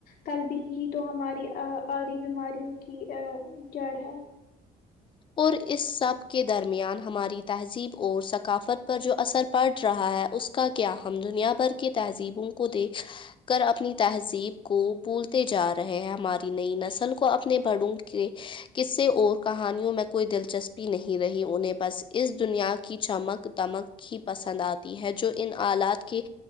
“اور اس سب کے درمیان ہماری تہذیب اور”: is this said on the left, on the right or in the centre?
Left